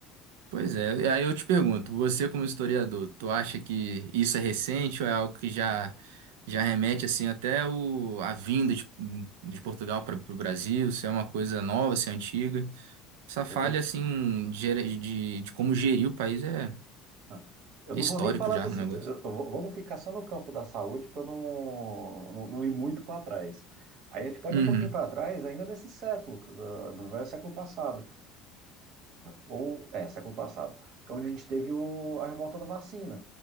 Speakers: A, on the right (about 80°); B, on the right (about 60°).
A: Pois é, e aí eu te pergunto, você como historiador, tu acha que isso é recente ou é algo que já já remete assim até o, a vinda de, de Portugal para o Brasil, se é uma coisa nova, se é antiga? Essa falha
B: Eu vou,
A: assim de, gere- de, de como gerir o país é,
B: ah, eu não
A: é histórico
B: vou nem falar
A: já
B: do
A: o
B: sítio.
A: negócio.
B: eu- eu vou- Vamos ficar só no campo da saúde para não, não, não ir muito para trás. Aí a gente pode
A: Uhum,
B: ir um pouquinho para trás, ainda nesse século, ah, no velho século passado. ou é, século passado, que é onde a gente teve o, a revolta da vacina